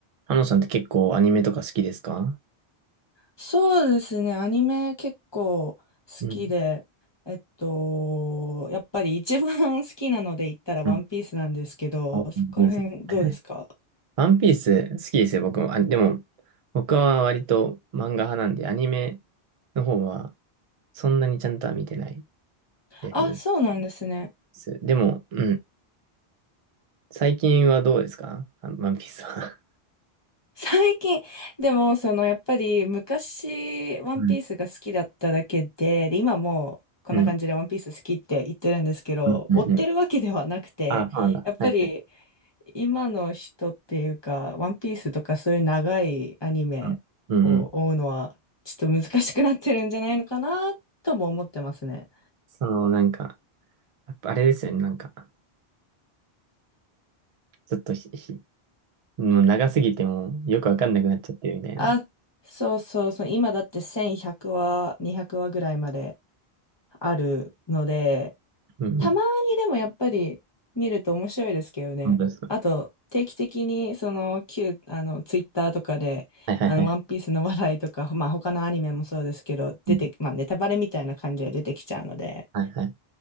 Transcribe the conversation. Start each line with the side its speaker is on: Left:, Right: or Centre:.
Right: ハノさんって結構アニメとか好きですか
Left: そうですね、アニメ結構好きで、
Right: うん。
Left: えっと、やっぱり一番 <laughs> 好きなので言ったらワンピースなんですけど、
Right: うん。あワンピース。
Left: そこら辺どうですか
Right: はいはい。ワンピース好きですよ、僕も。あ、でも、僕は割と漫画派なんで、アニメの方はそんなにちゃんとは見てないですね。
Left: あ、そうなんですね。
Right: すでも、うん。最近はどうですかあワンピースは。
Left: 最近、でも、その、やっぱり昔、ワンピースが好きだっただけで、
Right: うん。
Left: で、今もうこんな感じでワンピース好きって言ってるんですけど、
Right: うん。うん。うんうん
Left: 追ってるわけではなくて、
Right: あ、そうなんだ。
Left: やっぱり、
Right: はいはい。
Left: 今の人っていうか、ワンピースとかそういう長いアニメを追うのは、
Right: うん。うんうん。
Left: ちょっと難しくなってるんじゃないのかなとも思ってますね。
Right: その、なんか、やっぱあれですよね、なんか、ちょっとひ、ひ、もう長すぎてもうよくわかんなくなっちゃってるみたいな。
Left: あ、そうそうそう、今だって1100話、200話ぐらいまであるので、
Right: うんうん。
Left: たまにでもやっぱり見ると面白いですけどね。
Right: 本当です
Left: あと、定期的にその旧、あの、ツイッターとかで、
Right: はいはいはい。
Left: あの、ワンピースの話題とか、まあ他のアニメもそうですけど、出て、
Right: うん
Left: まあネタバレみたいな感じで出てきちゃうので、
Right: はいはい。